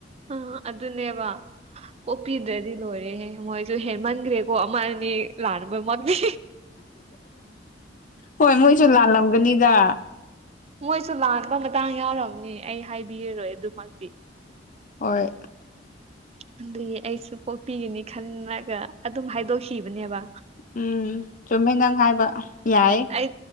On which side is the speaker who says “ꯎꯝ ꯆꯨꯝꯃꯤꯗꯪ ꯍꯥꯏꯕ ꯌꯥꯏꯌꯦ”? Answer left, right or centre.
Left